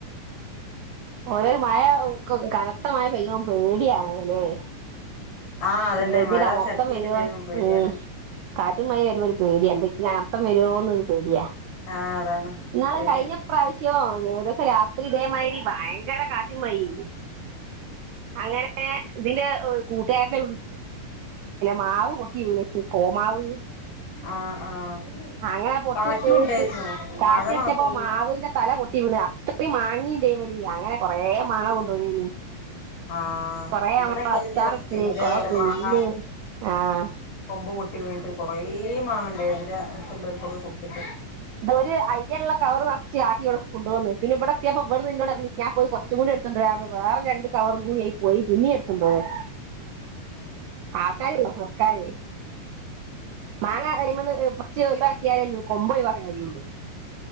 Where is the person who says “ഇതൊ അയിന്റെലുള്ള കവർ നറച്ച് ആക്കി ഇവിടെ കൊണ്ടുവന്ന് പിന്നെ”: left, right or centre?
Right